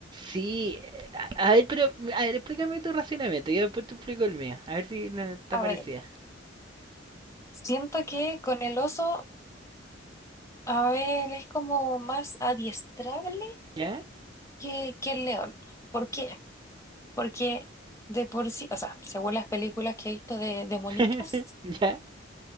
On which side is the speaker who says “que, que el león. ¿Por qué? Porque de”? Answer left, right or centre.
Left